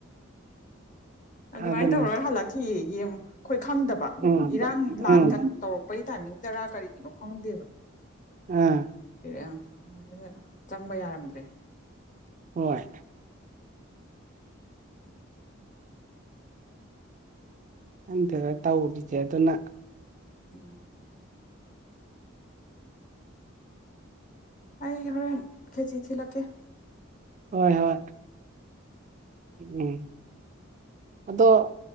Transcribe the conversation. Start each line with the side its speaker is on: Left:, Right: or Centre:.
Left: ꯑꯗꯨꯃꯥꯏꯅ
Right: ꯑꯗꯨꯅꯤ
Left: ꯇꯧꯔꯒ ꯍꯜꯂꯛꯈꯤꯌꯦ ꯌꯦꯡ ꯑꯩꯈꯣꯏ ꯈꯪꯗꯕ
Right: ꯎꯝ
Left: ꯏꯔꯥꯡ ꯂꯥꯟ
Right: ꯎꯝ
Left: ꯀ ꯇꯧꯔꯛꯄꯩ ꯇꯥꯏꯝ ꯇꯔꯥ ꯀꯔꯤꯒꯤꯅꯣ ꯈꯪꯗꯦꯕꯔ
Right: ꯑꯥ
Left: ꯑꯩꯅ ꯆꯪꯕ ꯌꯥꯔꯝꯗ꯭ꯔꯦ
Right: ꯍꯣꯏ ꯍꯟꯗꯗ ꯇꯧꯔꯤꯁꯦ ꯑꯗꯨꯅ
Left: ꯎꯝ ꯑꯩ ꯍꯔꯦꯟ ꯈꯦꯖꯤꯤ ꯂ ꯀꯦ
Right: ꯍꯣꯏ ꯍꯣꯏ ꯎꯝ ꯑꯗꯣ